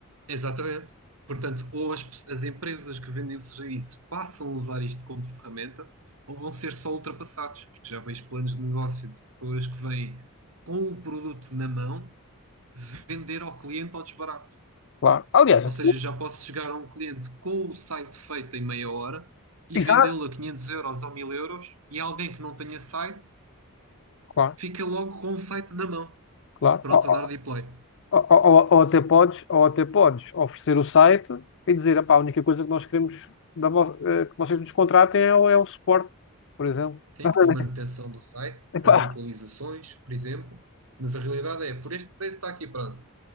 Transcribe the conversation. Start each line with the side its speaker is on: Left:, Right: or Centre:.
Right: Exatamente. Portanto, ou as, pe- as empresas que vendem o serviço passam a usar isto como ferramenta, ou vão ser só ultrapassados, porque já vejo planos de negócio de pessoas que vêm com o produto na mão vender ao cliente ao desbarato.
Left: Claro. Aliás,
Right: Ou seja,
Left: tu,
Right: já posso chegar a um cliente com o site feito em meia hora e
Left: já,
Right: vendê-lo a 500 euros ou 1000 euros, e alguém que não tenha site
Left: claro,
Right: fica logo com o site na mão,
Left: claro.
Right: pronto
Left: Ou,
Right: a dar de play.
Left: ou- ou- ou até podes, ou até podes oferecer o site e dizer, "Epá, a única coisa que nós queremos da vo- eh, que vocês nos contratem é, o é o suporte, por exemplo.
Right: Tem
Left: <laughs>
Right: a manutenção do site,
Left: Epá,
Right: as atualizações, por exemplo, mas a realidade é, por este preço está aqui, pronto.